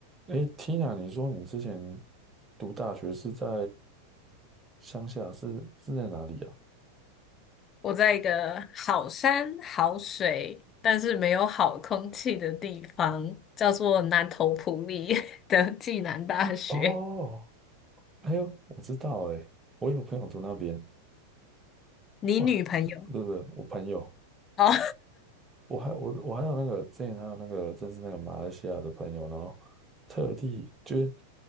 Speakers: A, on the right; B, on the left.
A: 诶，Tina，你说你之前读大学是在乡下，是是在哪里啊？
B: 我在一个好山好水，但是没有好空气的地方，叫做南投埔里 <laughs> 的暨南大学。
A: 哦，哎呦，我知道诶，我有朋友读那边，
B: 你女朋友
A: 哇，不是不是，我朋友，
B: 哦，
A: 我还我我还有那个之前还有那个，正是那个马来西亚的朋友，然后特地就是